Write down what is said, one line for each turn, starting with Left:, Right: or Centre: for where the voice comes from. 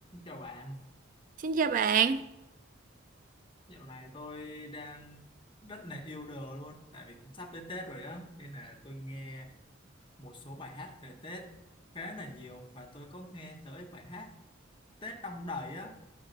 Left: Chào bạn,
Right: Xin chào bạn,
Left: dạo này tôi đang rất là yêu đời luôn tại vì cũng sắp tới Tết rồi á nên là tôi nghe một số bài hát về Tết khá là nhiều và tôi có nghe tới bài hát Tết Đong Đầy á